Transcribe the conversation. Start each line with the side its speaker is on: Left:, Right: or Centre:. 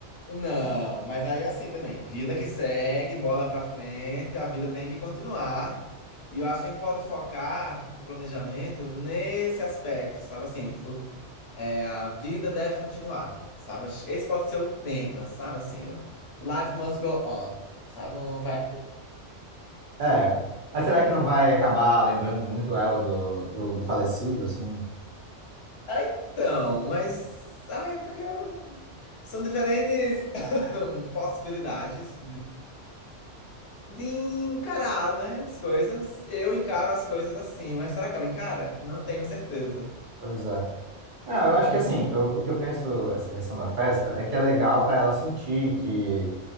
Left: Não, mas aí assim também, vida que segue, bola pra frente, a vida tem que continuar. E eu acho que a gente pode focar o planejamento nesse aspecto, sabe assim, tipo, é, a vida deve continuar, sabe? Acho- Esse pode ser o tema, sabe assim, o Life must go on, sabe? Um Vai.
Right: É. Mas será que não vai acabar lembrando muito ela do, do, do falecido, assim?
Left: Ah, então, mas ah, é porque eu- são diferentes <coughs> possibilidades de encarar, né, as coisas. Eu encaro as coisas assim, mas será que ela encara? Não tenho certeza.
Right: Pois é. Não, eu
Left: Hum,
Right: acho que assim, eu, o que eu penso, essa questão da festa, é que é legal para ela sentir que,